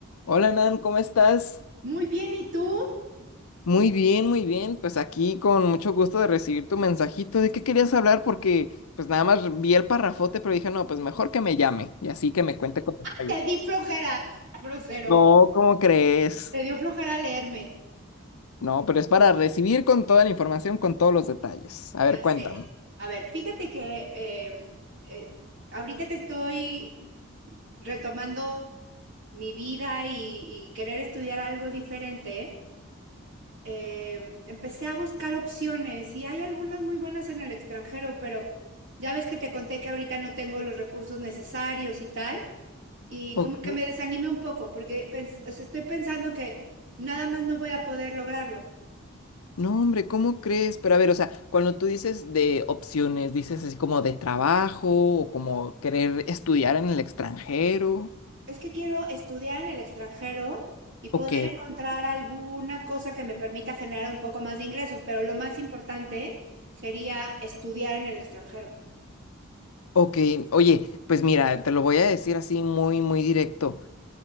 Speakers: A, on the left (about 85°); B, on the right (about 55°).
A: Hola Nan, ¿cómo estás?
B: Muy bien, ¿y tú?
A: Muy bien, muy bien. Pues aquí con mucho gusto de recibir tu mensajito. ¿De qué querías hablar? Porque pues nada más vi el parrafote, pero dije, no, pues mejor que me llame y así que me cuente con detalle.
B: Te di flojera, grosero.
A: No, ¿cómo crees?
B: Te dio flojera leerme.
A: No, pero es para recibir con toda la información, con todos los detalles. A ver,
B: Ya
A: cuéntame.
B: sé. A ver, fíjate que eh, eh, ahorita que estoy retomando mi vida y, y querer estudiar algo diferente, eh, empecé a buscar opciones y hay algunas muy buenas en el extranjero, pero ya ves que te conté que ahorita no tengo los recursos necesarios y tal. y
A: Ok.
B: como que me desanime un poco, porque pens- o sea, estoy pensando que nada más no voy a poder lograrlo.
A: No, hombre, ¿cómo crees? Pero a ver, o sea, cuando tú dices de opciones, dices así como de trabajo o como querer estudiar en el extranjero.
B: Es que quiero estudiar en el extranjero y poder
A: Ok.
B: encontrar alguna cosa que me permita generar un poco más de ingresos, pero lo más importante sería estudiar en el extranjero.
A: Ok, oye, pues mira, te lo voy a decir así muy, muy directo.